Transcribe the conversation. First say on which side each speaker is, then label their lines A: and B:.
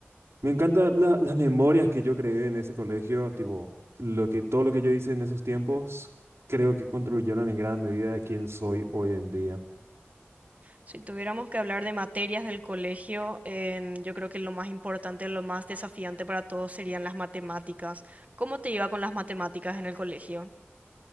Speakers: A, on the right; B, on the right.
A: me encanta la- las memorias que yo creé en ese colegio. Tipo, lo que todo lo que yo hice en esos tiempos, creo que contribuyeron en gran medida a quién soy hoy en día.
B: Si tuviéramos que hablar de materias del colegio, en- yo creo que lo más importante, lo más desafiante para todos serían las matemáticas. ¿Cómo te iba con las matemáticas en el colegio?